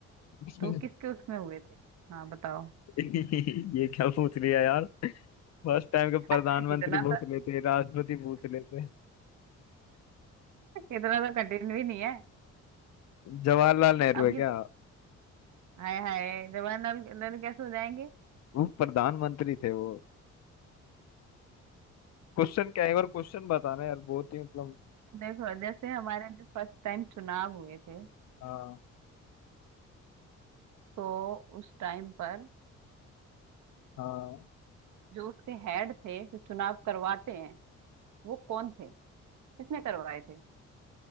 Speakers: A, on the left (about 60°); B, on the right (about 70°).
A: <laughs>
B: तो किसके उसमें हुए थे हाँ बताओ
A: ये क्या पूछ लिया यार फर्स्ट टाइम के प्रधानमंत्री
B: <laughs> इतना
A: पूछ लेते राष्ट्रपति पूछ लेते
B: इतना तो कठिन भी नहीं है
A: जवाहरलाल नेहरू
B: अभी
A: है क्या
B: तो हाय हाय जवाहरलाल नेहरू कैसे हो जाएंगे
A: वो प्रधानमंत्री थे वो क्वेश्चन क्या है और क्वेश्चन बताना यार बहुत ही मतलब
B: देखो जैसे हमारे जो फर्स्ट टाइम चुनाव हुए थे
A: हाँ
B: तो उस टाइम पर
A: हाँ
B: जो उसके हेड थे जो चुनाव करवाते हैं वो कौन थे किसने करवाए थे